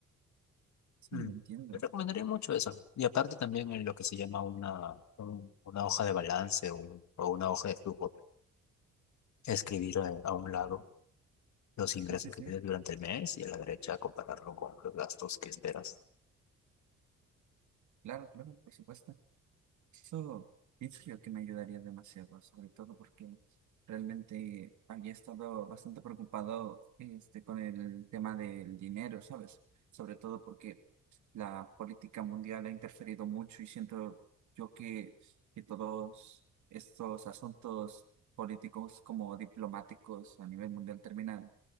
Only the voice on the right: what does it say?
Sí,
entiendo.
Sí, sí,
sí.
Claro, claro, por supuesto. Eso pienso yo que me ayudaría demasiado, sobre todo porque realmente había estado bastante preocupado este, con el tema del dinero, ¿sabes? sobre todo porque La política mundial ha interferido mucho y siento yo que, que todos estos asuntos políticos como diplomáticos a nivel mundial terminan